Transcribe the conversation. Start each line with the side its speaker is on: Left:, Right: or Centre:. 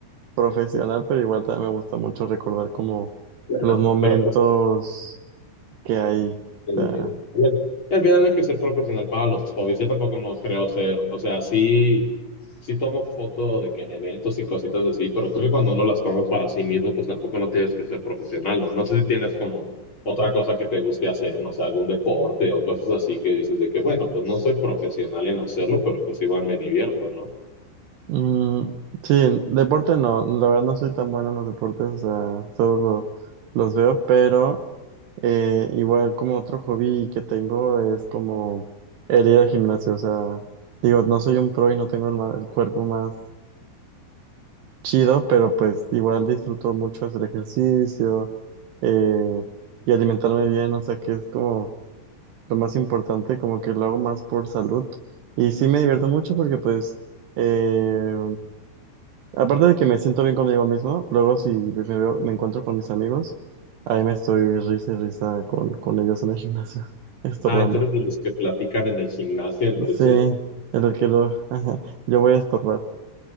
Right: profesional, pero igual también me gusta mucho recordar como
Left: Yeah.
Right: los momentos
Left: Pero pues,
Right: que hay.
Left: eh,
Right: O sea,
Left: bueno, y al final no hay que ser profesional para los hobbies. Yo tampoco no creo ser, o sea, sí, sí tomo fotos de que en eventos y cositas así, pero creo que cuando uno las toma para sí mismo, pues tampoco no tienes que ser profesional, ¿no? No sé si tienes como otra cosa que te guste hacer, no sé, algún deporte o cosas así que dices de que, bueno, pues no soy profesional en hacerlo, pero pues igual me divierto, ¿no?
Right: mm, sí, deporte no, la verdad no soy tan bueno en los deportes, o sea, solo los veo, pero eh, igual como otro hobby que tengo es como el ir al gimnasio, o sea, digo, no soy un pro y no tengo el, ma- el cuerpo más chido, pero pues igual disfruto mucho hacer ejercicio eh, y alimentarme bien, o sea que es como... lo más importante, como que lo hago más por salud. Y sí me divierto mucho porque pues, eh, aparte de que me siento bien conmigo mismo, luego si me veo- me encuentro con mis amigos, ahí me estoy risa y risa con, con ellos en el gimnasio, <laughs> estorbando.
Left: Ah, entonces de los que platican en el gimnasio entre
Right: Sí,
Left: set.
Right: en el que lo, <laughs> yo voy a estorbar.